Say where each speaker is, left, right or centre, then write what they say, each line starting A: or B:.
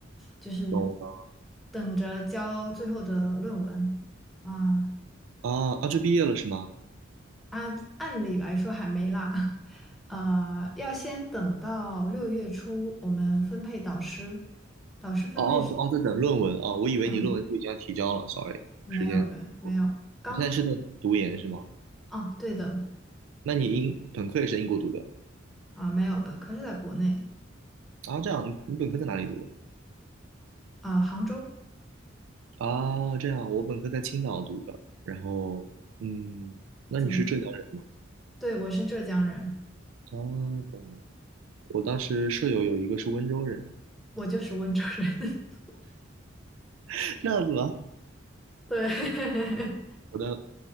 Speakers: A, in the centre; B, on the right.
A: 就是
B: 懂了
A: 等着交最后的论文啊，
B: 啊啊，这毕业了是吗？
A: 按按理来说还没啦，<laughs> 呃，要先等到六月初我们分配导师，导师分配是，
B: 哦哦哦，在等论文啊，我以为你论文就已经要提交了，sorry，
A: 嗯，没有没有没有，
B: 时间，
A: 刚
B: 你现在是在读研是吗？
A: 啊，对的
B: 那你英本科也是在英国读的
A: 啊，没有，本科是在国内。
B: 啊？这样，你本科在哪里读的？
A: 啊，呃杭州
B: 啊，这样，我本科在青岛读的，然后嗯，那你是浙江人吗？
A: 怎么？对，我是浙江人，
B: 啊，懂了，我当时舍友有一个是温州人，
A: 我就是温州人。<laughs>
B: <laughs> 这样子吗？
A: 对 <laughs>
B: 我的